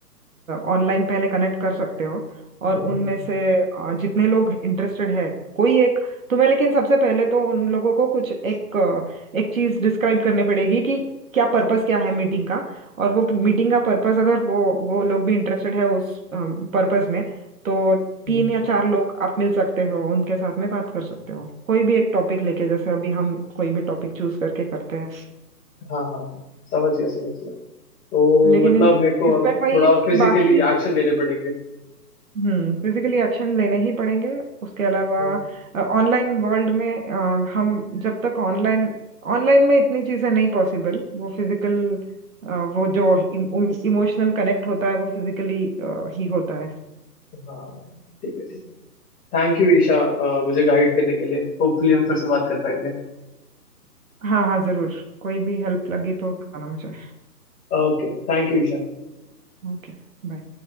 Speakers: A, on the right; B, on the left.
A: ऑनलाइन पहले कनेक्ट कर सकते हो
B: हम्म,
A: और उनमें
B: हम्म,
A: से अ, जितने लोग इंटरेस्टेड है कोई एक तुम्हें लेकिन सबसे पहले तो उन लोगों को कुछ एक अ, एक चीज डिस्क्राइब करनी पड़ेगी कि क्या पर्पस क्या है मीटिंग का और वो मीटिंग का पर्पस अगर वो वो लोग भी इंटरेस्टेड है उस पर्पस में तो
B: हम्म,
A: तीन या चार लोग आप मिल सकते हो उनके साथ में बात कर सकते हो कोई भी एक टॉपिक लेके जैसे अभी हम कोई भी टॉपिक चूज करके करते हैं
B: हाँ हाँ हाँ समझ गया समझ गया तो
A: लेकिन
B: मतलब
A: इन-
B: मेरे को
A: इसमें
B: अब
A: वही
B: थोड़ा
A: है कि
B: फिजिकली
A: बाकी
B: एक्शन लेने पड़ेंगे
A: हम्म फिजिकली एक्शन लेने ही पड़ेंगे उसके अलावा
B: हम्म,
A: ऑनलाइन वर्ल्ड में अ, हम जब तक ऑनलाइन ऑनलाइन में इतनी चीजें नहीं पॉसिबल वो फिजिकल वो जो इमोशनल कनेक्ट होता है वो फिजिकली ही होता है
B: हाँ ठीक है ठीक है थैंक यू ईशा अ, मुझे गाइड करने के लिए होपफुली हम फिर से बात कर पाएंगे
A: हाँ हाँ जरूर कोई भी हेल्प लगी तो बताना मुझे
B: Okay thank you Isha
A: Okay bye.